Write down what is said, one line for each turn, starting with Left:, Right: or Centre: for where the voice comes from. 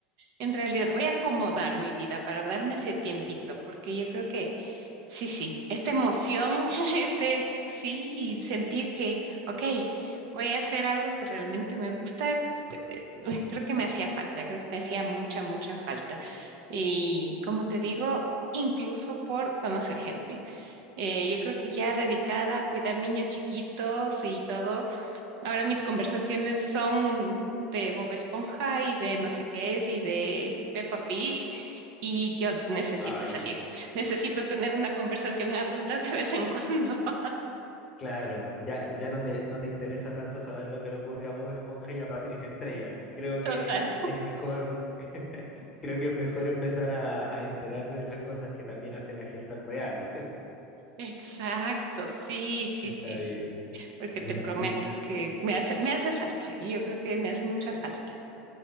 Right: En realidad voy a acomodar mi vida para darme ese tiempito, porque yo creo que sí, sí, esta emoción, <laughs> este sí, y sentir que, ok, voy a hacer algo que realmente me gusta, <laughs> creo que me hacía falta, creo que me hacía mucha, mucha falta. Y como te digo, incluso por conocer gente. Eh, yo creo que ya
Left: Sí.
Right: dedicada a cuidar niños chiquitos y todo, Ahora mis conversaciones son de Bob Esponja y de no sé qué es y de Peppa Pig y yo necesito
Left: Ay,
Right: salir. Necesito tener una conversación adulta de vez en cuando. <laughs>
Left: claro, ya, ya no te, no te interesa tanto saber lo que le ocurre a Bob Esponja y a Patricio Estrella. Creo
Right: Total.
Left: que es mejor, <laughs> creo que es mejor empezar a, a enterarse de las cosas que también hace la gente real.
Right: Exacto, sí,
Left: <laughs>
Right: sí,
Left: Está
Right: sí,
Left: bien.
Right: sí. porque
Left: Mira,
Right: te prometo
Left: y,
Right: que me hace, me hace falta y yo creo que me hace mucha falta.